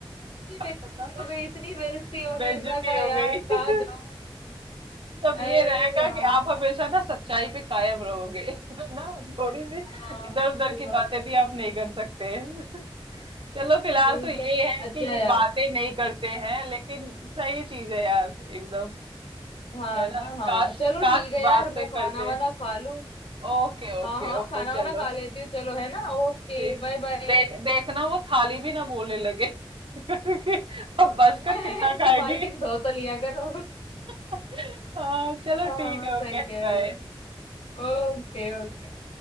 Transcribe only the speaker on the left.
इतनी बेइज्जती
हो गई इतनी बेइज्जती हो गई
मैं कहा
यार
कहाँ जाऊं
अरे
यार
हाँ
सही
बात
है
वही
तो
अच्छा
यार
हाँ
ना हाँ
चलो
ठीक है यार
मैं खाना
वाना खा लूं
हाँ
हाँ
खाना वाना
खा लेती हूँ चलो है ना ओके
बाय
बाय
<laughs>
कि
मालकिन धो तो लिया करो
हाँ
सही
कह
रहे हो ओके ओके